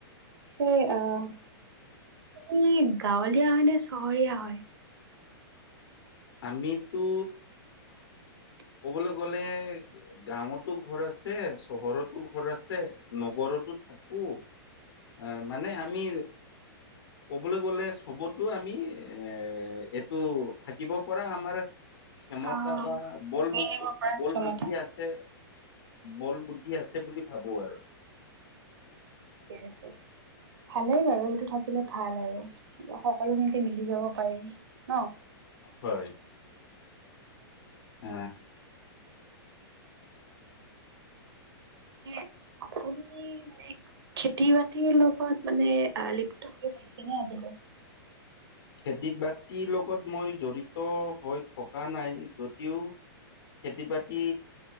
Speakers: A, on the right; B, on the left.
A: স আহ আপুনি গাঁৱলীয়া হয় নে চহৰীয়া হয়?
B: আমিতো
A: <inaudible>
B: ক'বলৈ গ'লে গাঁৱতো ঘৰ আছে, চহৰতো ঘৰ আছে, নগৰতো থাকো এ মানে আমি ক'বলৈ গলে চবতো আমি এ এইটো থাকিব পৰা আমাৰ ক্ষমতা
A: অ
B: বা বল
A: মিলিব পৰা
B: বল
A: ক্ষমতা
B: বুদ্ধি আছে। বল বুদ্ধি আছে বুলি ভাবো আৰু।
A: ঠিকে আছে ভালেই বাৰু এইটো থাকিলে ভাল আৰু। সকলোখিনিতে মিলি যাব পাৰি ন?
B: হয়। আ
A: মে <unintelligible> আপুনি মানে খেতি বাতিৰ লগত মানে আ লিপ্ত হৈ পাইছে এনে আজি লই
B: খেতি বাতিৰ লগত মই জড়িত হৈ থকা নাই যদিও খেতি বাতি